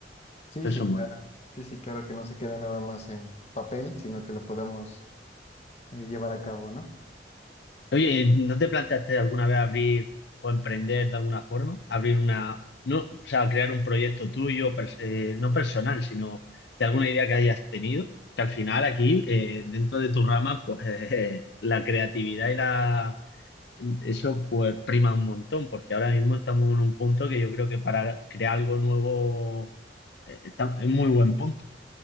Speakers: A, on the left; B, on the left.
A: Sí,
B: Eso
A: sí, claro.
B: mola.
A: Sí, sí, claro que no se quede nada más en papel, sino que lo podamos eh, llevar a cabo, ¿no?
B: Oye, ¿no te planteaste alguna vez abrir o emprender de alguna forma? Abrir una, no, o sea, crear un proyecto tuyo, pers- eh, no personal, sino de alguna idea que hayas tenido, que al final aquí, eh, dentro de tu rama, pues <laughs> eh, la creatividad y la, eso pues prima un montón, porque ahora mismo estamos en un punto que yo creo que para crear algo nuevo, eh, está- es muy buen punto.